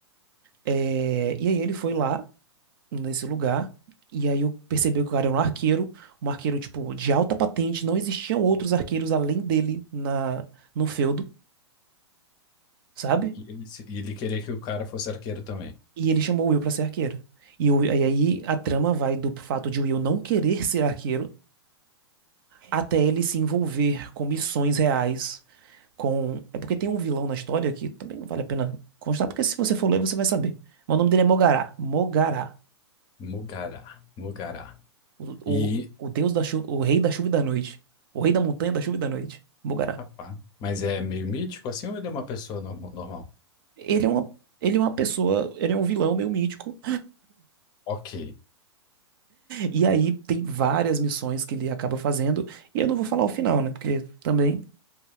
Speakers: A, on the right; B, on the left.
A: É, E aí ele foi lá, nesse lugar, e aí eu percebi que o cara era um arqueiro, um arqueiro, tipo, de alta patente, não existiam outros arqueiros além dele na... no feudo, sabe?
B: e ele, se- e ele queria que o cara fosse arqueiro também.
A: E ele chamou o Will pra ser arqueiro. E, o- e aí a trama vai do fato de o Will não querer ser arqueiro até ele se envolver com missões reais, com... É porque tem um vilão na história que também não vale a pena constar, porque se você for ler, você vai saber. Mas o nome dele é Mogará. Mogará.
B: Mugará, Mugará.
A: O,
B: E,
A: o, o deus da chuva, o rei da chuva e da noite. O rei da montanha da chuva e da noite. Mogará.
B: rapaz, mas é meio mítico assim ou ele é uma pessoa no- normal?
A: Ele é uma, ele é uma pessoa, ele é um vilão meio mítico.
B: Ok.
A: E aí tem várias missões que ele acaba fazendo. E eu não vou falar o final, né? Porque também